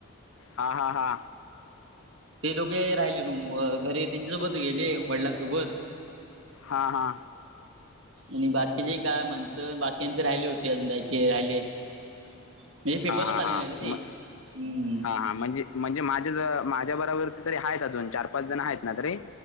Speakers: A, on the left; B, on the right.
A: हा हा हा
B: ते दोघे राहिले रूम घरी त्यांच्यासोबत गेले वडिलांसोबत
A: हा हा
B: आणि बाकीचे काय म्हणत बाकीन ते राहिले होते अजून दयचे राहिले आहेत. म्हणजे पेपरलाच
A: हा हा
B: आले
A: हा
B: नाही रे ते
A: म
B: हम्म.
A: हा हा म्हणजे म्हणजे माझ्या ज माझ्या बराबर तरी आहेत अजून चार पाच जण आहेत ना तरी.